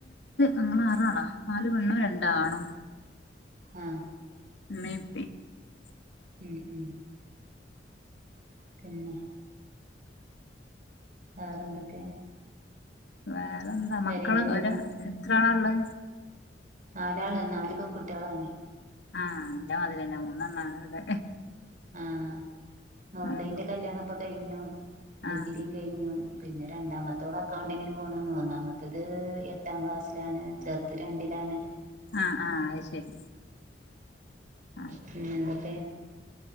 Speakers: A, on the left (about 80°); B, on the right (about 50°).
A: ങ്ങള് ആറാണോ നാല് പെണ്ണും രണ്ട് ആണും
B: ആ
A: <unintelligible>
B: ഉം ഉം പിന്നെ വേറെ എന്തൊക്കെ
A: വേറെ എന്താ
B: പെരയിൽ
A: മക്കള് ഒര് എത്രാളാ ഒള്ളേ
B: നാലാള് നാല് പെൺകുട്ടികളാണ്
A: ആഹ് എന്റെ മതിലെന്നാ മൂന്നെണ്ണാണ് ഇവിടെ
B: ആഹ് മൂത്തയിന്റെ
A: ആഹ്
B: കല്യാണം ഇപ്പൊ കഴിഞ്ഞു ഡിഗ്രീം
A: ആഹ്
B: കഴിഞ്ഞു പിന്നെ രണ്ടാമത്തോള് അക്കൗണ്ടിങ്ങിന് പോണ് മൂന്നാമത്തത് എട്ടാം ക്ലാസ്സിലാണ് ചെർത് രണ്ടിലാണ്
A: ആഹ് ആഹ് അത് ശരി ആഹ്
B: പിന്നെ എന്തൊക്കെ